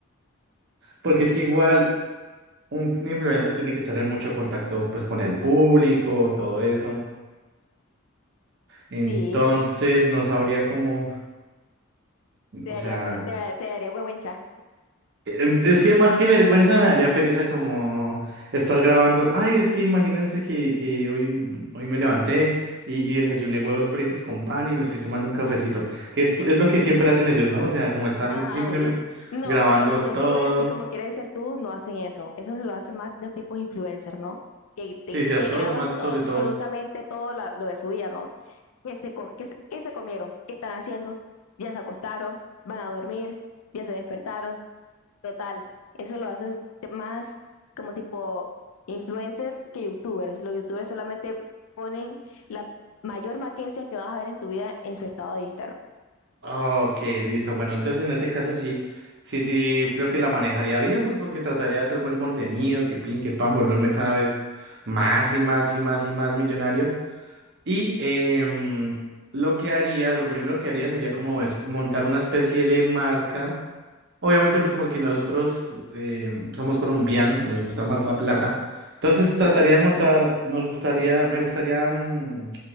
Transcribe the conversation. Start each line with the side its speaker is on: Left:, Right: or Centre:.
Right: porque es que igual un influencer tiene que estar en mucho contacto pues con el público, todo eso. Entonces,
Left: Sí,
Right: no sabría cómo,
Left: te
Right: o
Left: daría,
Right: sea...
Left: pe- te, te daría huehuencha.
Right: Em, Es que más que vergüenza me daría pereza como estar grabando. Ay, es que imagínense que, que hoy, hoy me levanté y, y desayuné huevos fritos con pan y me estoy tomando un cafecito. Que esto es lo que siempre hacen ellos, ¿no? O sea, como estar
Left: Ajá,
Right: simplemente
Left: obvio. No,
Right: grabando
Left: pero los
Right: todo.
Left: youtubers, así como quieres ser tú, no hacen eso. Eso se lo hacen más los tipos influencers, ¿no? Que, te-
Right: Sí, cierto,
Left: que graban
Right: es más sobre
Left: absolutamente
Right: todo.
Left: todo la- lo de su vida, ¿no? ¿Qué se, co- qué se, qué se comieron? ¿Qué están haciendo? ¿Ya se acostaron? ¿Van a dormir? ¿Ya se despertaron? Total, eso lo hacen te- más como tipo influencers que youtubers. Los youtubers solamente ponen la mayor maquencia que vas a ver en tu vida en su estado de Instagram.
Right: Ok, listo. Bueno, entonces en ese caso sí, sí, sí, creo que la manejaría bien, pues porque trataría de hacer buen contenido, que pin, que pan, volverme cada vez más y más y más y más millonario. Y em, lo que haría, lo primero que haría sería como es montar una especie de marca. Obviamente, pues porque nosotros em, somos colombianos y nos gusta más la plata. Entonces trataría
Left: Uh,
Right: de montar, nos gustaría, me gustaría mm,